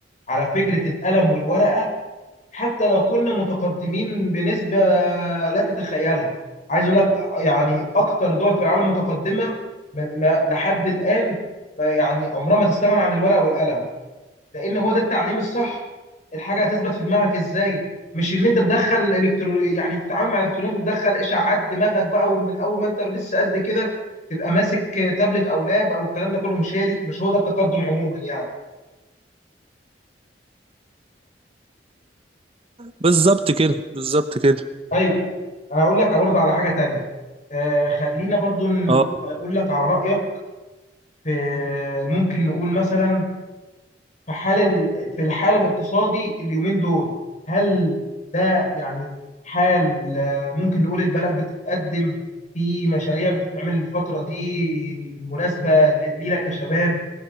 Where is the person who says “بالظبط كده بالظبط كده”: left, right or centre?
Right